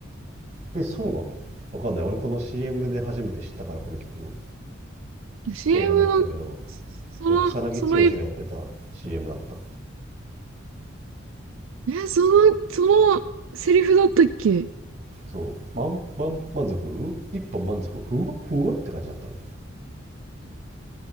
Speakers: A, on the right; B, on the right.
A: え、そうなのわかんない。俺この CM で初めて知ったから、この曲を。
B: い ?CM
A: そうと思ったけど、
B: の、その、
A: そう、草薙剛がやってた
B: その、え、
A: CM だった。
B: その、そのセリフだったっけ
A: そう、満満満足一本満足ふわふわって感じだったの。